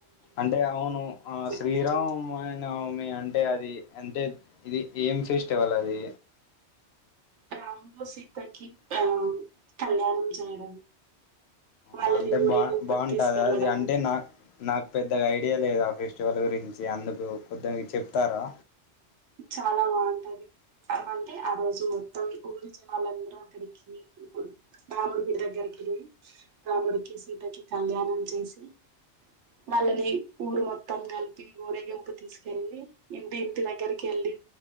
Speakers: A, on the left; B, on the right.
A: అంటే అవును ఆ శ్రీరామ్
B: పూజలు
A: ఆయన మి అంటే అది అంటే ఇది ఏం ఫెస్టివల్ అది
B: రాముడు సీతకి ఆ కళ్యాణం చేయడం వాళ్ళని
A: ఆ అంటే
B: ఊరేగింపుకి
A: బా బాగుంటదా
B: తీసుకెళ్లడం
A: అది అంటే నా నాకు పెద్దగా ఐడియా లేదు ఆ ఫెస్టివల్ గురించి అందుకు కొద్దిగ చెప్తారా
B: చాలా బాగుంటది అలాంటే ఆ రోజు మొత్తం ఊరిజనాళ్ళందరూ అక్కడికి రాముడిగుడి దగ్గరకి రాముడికి సీతకి కళ్యాణం చేసి వాళ్ళని ఊరు మొత్తం కలిపి ఉరేగింపు తీసుకెళ్ళి ఇంటి దగ్గరి కెళ్ళి